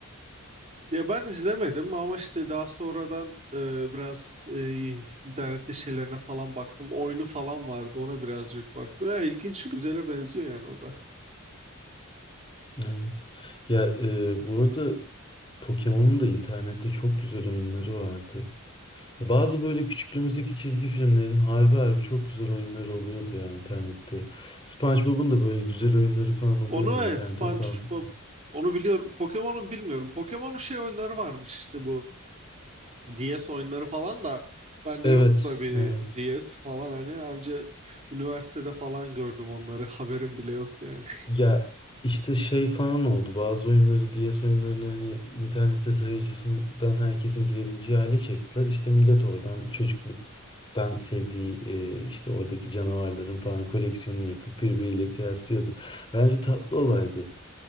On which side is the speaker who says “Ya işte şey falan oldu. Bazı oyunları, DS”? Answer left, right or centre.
Left